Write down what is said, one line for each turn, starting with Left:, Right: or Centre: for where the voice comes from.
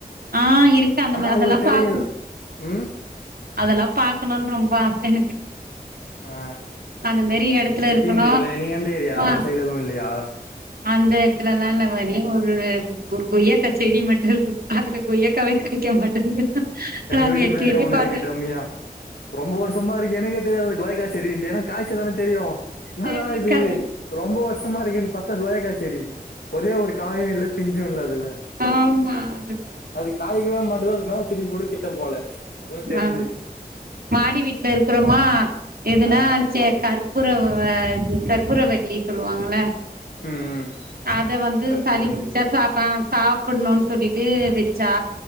Right: ஆ இருக்கு அந்த
Left: ஆனா
Right: மா
Left: உங்களுக்
Right: அதெல்லா
Left: தெரியுல்
Right: பாக்கு
Left: ம்
Right: அதெல்லா பாக்கணுன் ரொம்ப ஆச எனக்கு
Left: ஆ
Right: அந்த மாரி
Left: நீங்க
Right: எடத்துல
Left: சிட்டின்றீங்களே
Right: இருக்கணு
Left: நீங்க எந்த ஏரியா
Right: பா
Left: அந்த சைட்ல எதுவு இல்லயா
Right: அந்த எடத்துலல்லா இல்ல ஒரே ஒரு ஒரு கொய்யாக்கா செடி மட்டு இருக்கு அதுல கொய்யாகாவே காய்க்க மாட்டோங்குது நா
Left: எங்க
Right: அங்க
Left: வீட்டு
Right: எட்டி
Left: பின்னாடியே
Right: எட்டி
Left: ஒண்ணு
Right: பாத்தே
Left: இருக்கு டம்மியா ரொம்ப வருஷமா இருக்கு எனக்கே தெரியாது இது கொய்யாக்கா செடின்ட்டு ஏனா காய்ச்சா தான தெரியு என்னடா
Right: செரிய
Left: இது
Right: கரெக்ட்
Left: ரொம்ப வருஷமா இருக்கேன் பாத்தா கொய்யாக்கா செடி ஒரே ஒரு காயு இல்ல பிஞ்சு இல்ல அதுல
Right: ஆமா அதுதா
Left: அது காய்க்கவே மாட்டுது அது என்னாச் செடினு கூட கிட்ட போல அதா தெரிது
Right: ஆ மாடி வீட்ல
Left: ஆ
Right: இருக்றோமா எதுனா
Left: ஆ
Right: ச கருப் கற்பூறவ இது கற்பூர வல்லின் சொல்லுவாங்கள்ல
Left: ம் ம்
Right: அத வந்து
Left: கற்பூரவள்ளி
Right: சளி பிடிச்சா சாப்ப சாப்பிட்ணுன் சொல்லிட்டு வச்சா